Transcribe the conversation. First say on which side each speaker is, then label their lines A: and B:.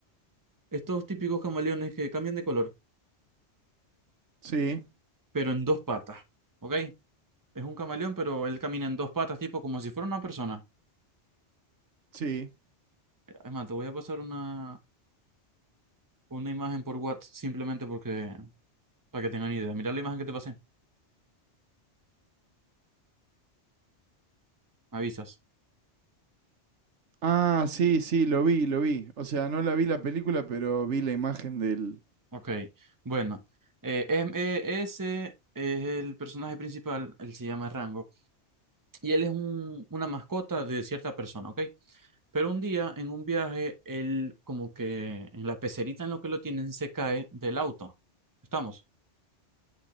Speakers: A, on the right; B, on the right.
A: Estos típicos camaleones que cambian de color,
B: Sí,
A: pero en dos patas, ¿ok? Es un camaleón, pero él camina en dos patas, tipo como si fuera una persona.
B: sí.
A: Es más, te voy a pasar una, una imagen por WhatsApp simplemente porque, para que tengan idea. Mira la imagen que te pasé, me avisas.
B: Ah, sí, sí, lo vi, lo vi. O sea, no la vi la película, pero vi la imagen del...
A: Ok, bueno. Eh, em- eh, ese es el personaje principal, él se llama Rango, y él es un, una mascota de cierta persona, ¿ok? Pero un día, en un viaje, él como que en la pecerita en lo que lo tienen se cae del auto. ¿Estamos?